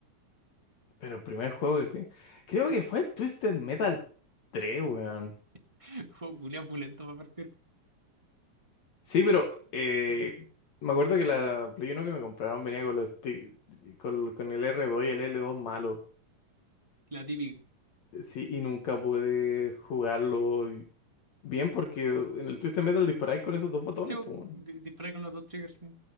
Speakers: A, on the left; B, on the right.
A: Pero el primer juego que jugué, creo que fue el Twisted Metal tres, weón.
B: <laughs> Juego culiao pulento para partir.
A: Sí, pero eh, me acuerdo que la Play uno que me compraron venía con los stick- con, con el r dos y el l dos malo.
B: La típica.
A: Sí, y nunca pude jugarlo bien porque uh, en el Twisted Metal disparáis con esos dos botones,
B: Sí, po,
A: pues. weón.
B: di- disparé con los dos triggers, sí.